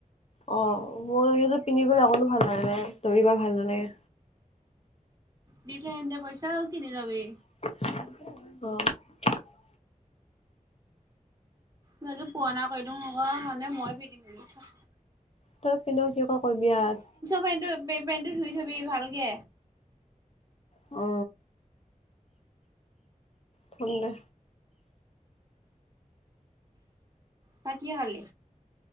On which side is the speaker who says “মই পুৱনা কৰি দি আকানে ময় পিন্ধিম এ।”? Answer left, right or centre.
Right